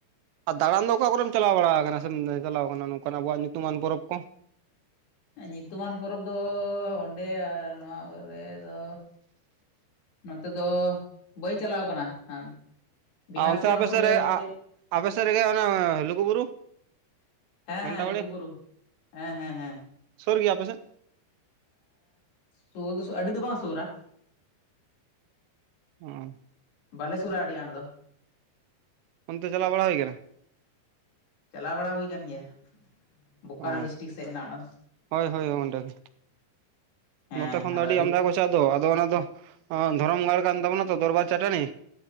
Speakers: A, on the right; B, on the left.
A: ᱟᱨ ᱫᱟᱬᱟᱱ ᱫᱚ ᱚᱠᱟ ᱠᱚᱨᱮᱢ ᱪᱟᱞᱟᱣ ᱵᱟᱲᱟ ᱠᱟᱱᱟ ᱥᱮᱢ ᱪᱟᱞᱟᱣ ᱠᱟᱱᱟ ᱱᱚᱝᱠᱟᱱ ᱟᱵᱚᱣᱟᱜ ᱧᱩᱛᱩᱢᱟᱱ ᱯᱚᱨᱚᱵ ᱠᱚ᱾
B: ᱧᱩᱛᱩᱢᱟᱱ ᱯᱚᱨᱚᱵᱽ ᱫᱚ ᱚᱸᱰᱮ ᱟᱨ ᱱᱚᱣᱟ ᱠᱚᱨᱮ ᱫᱚ, ᱱᱚᱛᱮ ᱫᱚ ᱵᱟᱹᱧ ᱪᱟᱞᱟᱣ ᱠᱟᱱᱟ᱾ ᱦᱟᱱ ᱵᱤᱦᱟᱨ
A: ᱟ ᱚᱱᱛᱮ ᱟᱯᱮ
B: ᱨᱮᱦᱚᱸ ᱠᱚ ᱞᱟᱹᱭᱟ
A: ᱥᱮᱫ ᱨᱮ,
B: ᱢᱤᱫᱴᱮᱡ
A: ᱟᱯᱮ ᱥᱮᱫ ᱨᱮ ᱜᱮ ᱚᱱᱮ ᱞᱩᱜᱩ ᱵᱩᱨᱩ᱾
B: ᱦᱮᱸ
A: ᱜᱷᱟᱱᱴᱟ
B: ᱞᱩᱜᱩ ᱵᱩᱨᱩ, ᱦᱮᱸ ᱦᱮᱸ ᱦᱮᱸ᱾
A: ᱥᱳᱨ ᱜᱮᱭᱟ ᱟᱯᱮ ᱥᱮᱫ?
B: ᱥᱳᱨ ᱫᱚ ᱥᱳ ᱟᱹᱰᱤ ᱫᱚ ᱵᱟᱝ ᱥᱳᱨᱟ᱾
A: ᱦᱩᱸ,
B: ᱵᱟᱞᱮ ᱥᱩᱨᱟ ᱟᱹᱰᱤ ᱟᱸᱴ ᱫᱚ᱾
A: ᱚᱱᱛᱮ ᱪᱟᱞᱟᱣ ᱵᱟᱲᱟ ᱦᱩᱭ ᱠᱟᱱᱟ᱾
B: ᱪᱟᱞᱟᱣ ᱵᱟᱲᱟ ᱦᱩᱭ ᱠᱟᱱ ᱜᱮᱭᱟ ᱵᱳᱠᱟᱨᱳ
A: ᱚ
B: ᱰᱤᱥᱴᱤᱠ ᱥᱮᱫ ᱢᱮᱱᱟᱜᱼᱟ ᱚᱱᱟ ᱫᱚ᱾
A: ᱦᱳᱭ ᱦᱳᱭ ᱚᱸᱰᱮ ᱜᱮ᱾
B: ᱦᱮᱸ
A: ᱱᱚᱛᱮ ᱠᱷᱚᱱ ᱫᱚ
B: ᱟᱫᱚ
A: ᱟᱹᱰᱤ ᱟᱢᱫᱟ ᱜᱮᱠᱚ ᱪᱟᱜ ᱫᱚ ᱟᱫᱚ ᱚᱱᱟ ᱫᱚ ᱫᱷᱚᱨᱚᱢ ᱜᱟᱲ ᱠᱟᱱ ᱛᱟᱵᱚᱱᱟ ᱛᱚ ᱫᱚᱨᱵᱟᱨ ᱪᱟᱴᱟᱹᱱᱤ᱾